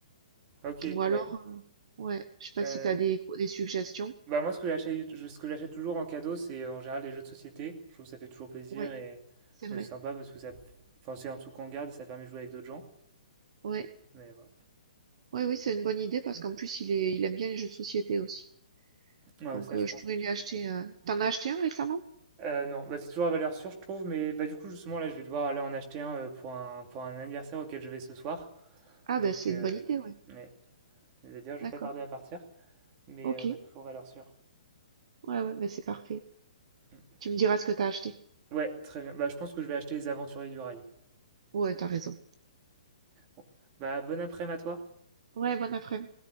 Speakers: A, on the right (about 25°); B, on the right (about 50°).
A: ok,
B: Ou alors,
A: ouais.
B: euh, ouais, je sais pas
A: Euh,
B: si t'as des, des suggestions.
A: Bah moi, ce que j'achète, je- ce que j'achète toujours en cadeau, c'est en général les jeux de société. Je trouve que ça fait toujours plaisir
B: Ouais,
A: et,
B: c'est vrai.
A: et c'est sympa parce que ça, enfin, c'est un truc qu'on garde et ça permet de jouer avec d'autres gens.
B: Ouais,
A: Mais voilà.
B: ouais, oui, c'est une bonne idée parce qu'en plus, il est, il aime bien les jeux de société aussi.
A: Ouais,
B: Donc,
A: ça, je
B: euh,
A: pense.
B: je pourrais
A: c'est tou-
B: lui acheter. euh, T'en as acheté un récemment?
A: Euh, non, bah, c'est toujours à valeur sûre, je trouve. Mais bah, du coup, justement, là, je vais devoir aller en acheter un euh, pour un, pour un anniversaire auquel je vais ce soir.
B: Ah,
A: Donc,
B: ben, c'est
A: euh,
B: une bonne idée, ouais.
A: ouais, je vais dire, je
B: D'accord.
A: vais pas tarder à partir. Mais
B: Ok.
A: euh, ouais,
B: Ouais,
A: toujours valeur sûre.
B: ouais, ben, c'est parfait.
A: Mm.
B: Tu me diras ce que t'as acheté.
A: Ouais, très bien. Bah, je pense que je vais acheter les Aventuriers du Rail. <laughs>
B: Ouais, t'as raison.
A: Bon. Bah, bon après-midi à toi.
B: Ouais, bon après-midi.